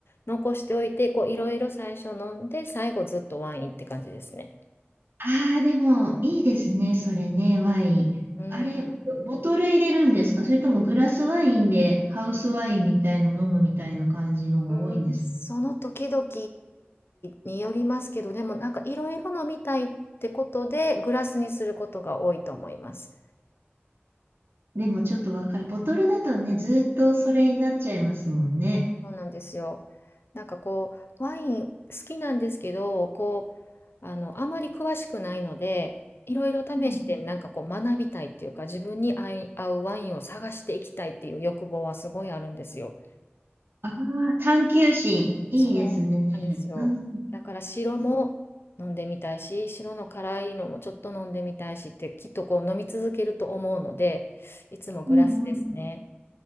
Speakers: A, on the left; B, on the right.
A: 残しておいて、こういろいろ最初飲んで、最後ずっとワインって感じですね。
B: ああ、でも、いいですね、それね、ワイン。
A: うん。
B: あれ、ボボトル入れるんですかそれともグラスワインでハウスワインみたいの飲むみたいな感じのが多いんですか
A: うーん、その時々によりますけど、でもなんかいろいろ飲みたいってことでグラスにすることが多いと思います。
B: でもちょっとわかる。ボトルだとね、ずーっとそれになっちゃいますもんね。
A: そうなんですよ。なんかこう、ワイン好きなんですけど、こう、あの、あまり詳しくないので、いろいろ試してなんかこう学びたいっていうか、
B: うん。
A: 自分に合い合うワインを探していきたいっていう欲望はすごいあるんですよ。
B: あ、探求心、いいですね。
A: そうなんですよ。
B: うん。
A: だから白も飲んでみたいし、
B: う
A: 白の辛いのもちょっと飲んでみたいしって、きっとこう飲み続けると思うので、いつもグラスですね。
B: んうん。